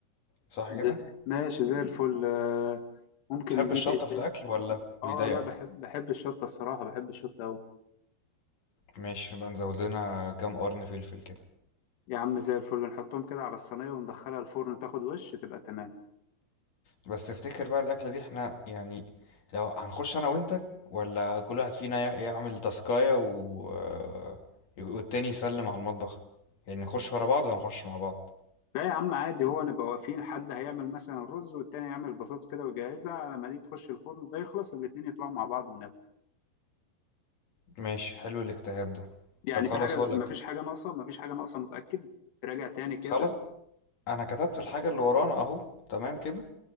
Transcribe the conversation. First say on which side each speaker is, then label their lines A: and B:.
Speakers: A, on the left; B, on the left.
A: صح
B: زي.
A: كده
B: ماشي زي الفل آه، ممكن
A: تحب
B: نجيب
A: الشطة
B: إيه
A: في
B: تاني
A: الاكل ولا
B: آه
A: بيضايقك
B: لا بحب بحب الشطة الصراحة بحب الشطة أوي
A: ماشي نبقى نزود لنا كام قرن فلفل كده
B: يا عم زي الفل نحطهم كده على الصينية وندخلها الفرن تاخد وش تبقى تمام
A: بس تفتكر بقى الأكلة دي احنا يعني لو هنخش أنا وأنت ولا كل واحد فينا يع- يعمل تاسكاية و... آه، والتاني يسلم على المطبخ يعني نخش ورا بعض ولا نخش مع بعض
B: لا يا عم عادي هو نبقى واقفين حد هيعمل مثلا الرز والتاني يعمل البطاطس كده ويجهزها على ما دي تخش الفرن ده يخلص الاتنين يطلعوا مع بعض وناكل
A: ماشي حلو الاجتهاد ده
B: يعني
A: طب خلاص
B: في حاجة مفيش
A: هقولك
B: حاجة ناقصة مفيش حاجة ناقصة متأكد راجع تاني كده
A: خلاص أنا كتبت الحاجة اللي ورانا أهو تمام كده